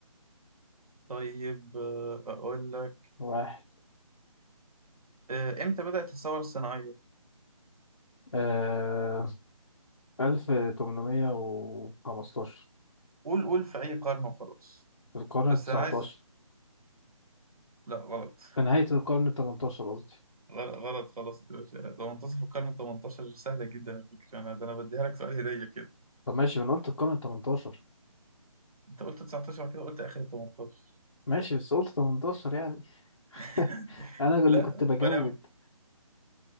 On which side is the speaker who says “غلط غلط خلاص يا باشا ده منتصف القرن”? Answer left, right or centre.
Right